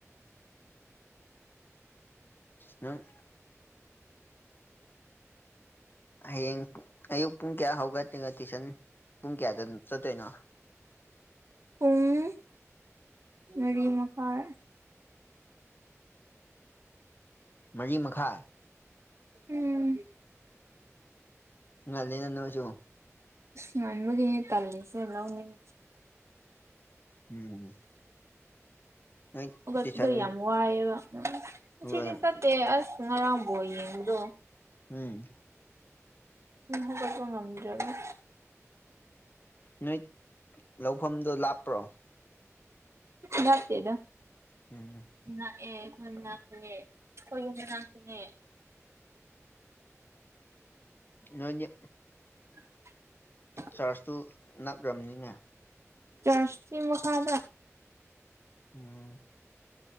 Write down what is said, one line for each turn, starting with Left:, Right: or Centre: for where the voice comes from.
Left: ꯅꯪ ꯍꯌꯦꯡ ꯑꯌꯨꯛ ꯄꯨꯡ ꯀꯌꯥ ꯍꯧꯒꯠꯇ꯭ꯔꯤꯒ ꯇꯨꯏꯁꯟ ꯄꯨꯡ ꯀꯌꯥꯗ ꯑꯗꯨ ꯆꯠꯇꯣꯏꯅꯣ
Right: ꯄꯨꯡ ꯃꯔꯤ ꯃꯈꯥꯏ
Left: ꯃꯔꯤ ꯃꯈꯥꯏ
Right: ꯎꯝ
Left: ꯉꯜꯂꯤꯅꯁꯣ
Right: ꯑ ꯉꯟꯕꯒꯤꯅꯦ ꯇꯜꯂꯤꯁꯦ ꯂꯧꯅꯤꯡ
Left: ꯎꯝ ꯅꯣꯏ
Right: ꯍꯧꯒꯠꯄꯗꯣ
Left: ꯇꯨꯏꯁꯟ
Right: ꯌꯥꯝ ꯋꯥꯏꯑꯦꯕ ꯎꯝ ꯉꯁꯤꯗꯤ
Left: ꯎꯝ
Right: ꯆꯠꯇꯦ ꯑꯁ ꯉꯔꯥꯡꯕꯣꯜ ꯌꯦꯡꯕꯗꯣ
Left: ꯎꯝ
Right: ꯇꯨꯝ ꯍꯥꯒꯠꯄ ꯉꯝꯗ꯭ꯔꯦꯕꫭ
Left: ꯅꯣꯏ ꯂꯧꯐꯝꯗꫭ ꯂꯥꯞꯄ꯭ꯔꯣ
Right: ꯂꯛꯇꯦꯗ
Left: ꯎꯝ
Right: ꯂꯛꯑꯦ ꯑꯩꯈꯣꯏ ꯃꯅꯥꯛꯇꯅꯦ ꯑꯩꯈꯣꯏ ꯌꯨꯝ ꯃꯅꯥꯛꯇꯅꯦ
Left: ꯅꯣꯏꯅꯤ
Right: <inaudible>
Left: ꯆꯥꯔꯖꯇꯨ ꯅꯛꯈ꯭ꯔꯕꯅꯤꯅꯦ
Right: ꯆꯥꯁꯇꯤ ꯃꯈ ꯃꯈꯥꯥꯟꯗ
Left: ꯎꯝ